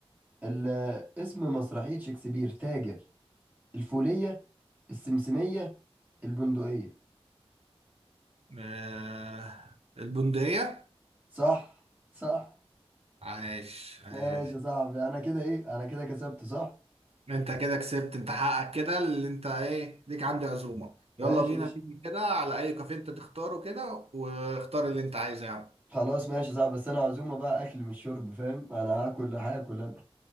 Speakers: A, on the right; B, on the right.
A: ال- اسم مسرحية شكسبير تاجر الفولية السمسمية البندقية
B: آه... البندقية
A: صح صح
B: عاش عاش
A: ماشي يا صاحبي انا كده ايه انا كده كسبت صح
B: انت كده كسبت انت حقك كده اللي انت ايه ليك عندي عزومة
A: ماشي
B: يلا بينا
A: يا باشا
B: ننزل كده على اي كافيه انت تختاره كده واختار اللي انت عايزه يا عم
A: خلاص ماشي يا صاحبي بس انا عزومة بقى اكل مش شرب فاهم انا هاكل هاكل انا